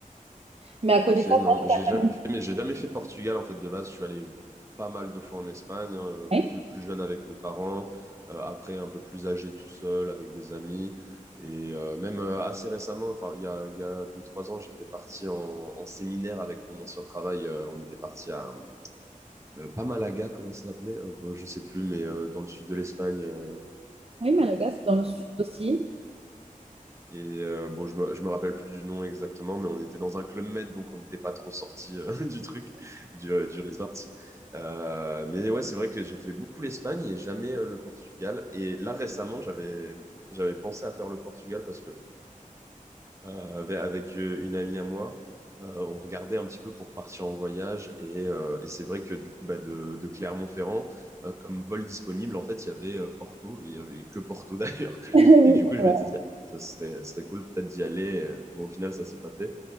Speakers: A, on the right (about 45°); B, on the right (about 20°).
A: Mais à côté
B: Ok,
A: de ça,
B: non,
A: t'as
B: mais j'ai
A: t'as
B: jamais
A: quand même...
B: fait, mais j'ai jamais fait Portugal en fait de base. Je suis allé pas mal de fois en Espagne, hein,
A: Oui,
B: plus, plus jeune avec mes parents, euh, après un peu plus âgé tout seul avec des amis. Et euh, même euh, assez récemment, enfin il y a, il y a deux, trois ans, j'étais parti en, en séminaire avec mon ancien travail. euh, on était parti à euh, pas Malaga, comment ça s'appelait? Euh, bon, je sais plus, mais euh, dans le sud de l'Espagne. euh,
A: oui, Malaga, c'est dans le sud aussi.
B: et euh, bon, je me, je me rappelle plus du nom exactement, mais on était dans un club med, donc on n'était pas trop sorti <laughs> du truc, du, euh, du resort. Euh, mais ouais, c'est vrai que j'ai fait beaucoup l'Espagne et jamais euh, le Portugal. Et là, récemment, j'avais, j'avais pensé à faire le Portugal parce que euh, avec, avec, euh, une amie à moi. Euh, on regardait un petit peu pour partir en voyage et, euh, et c'est vrai que du coup bah, de, de Clermont-Ferrand euh, comme vol disponible en fait il y avait euh, Porto et il y avait que Porto <laughs> d'ailleurs
A: <laughs>
B: et du coup je m'étais dit ah, ce serait, ce serait cool peut-être d'y aller bon au final ça s'est pas fait